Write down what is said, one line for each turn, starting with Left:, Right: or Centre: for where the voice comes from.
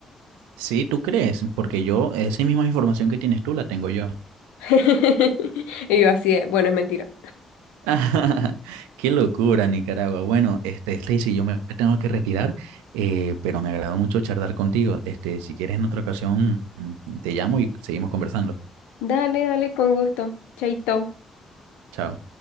Right: Sí, ¿tú crees? Porque yo, esa misma información que tienes tú la tengo yo.
Left: <laughs> Y yo así de, bueno, es mentira.
Right: <laughs> Qué locura, Nicaragua. Bueno, este, Stacy, yo me tengo que retirar, eh, pero me agradó mucho charlar contigo. Este, si quieres en otra ocasión, mm, te llamo y seguimos conversando.
Left: Dale, dale, con gusto. Chaito.
Right: Chao.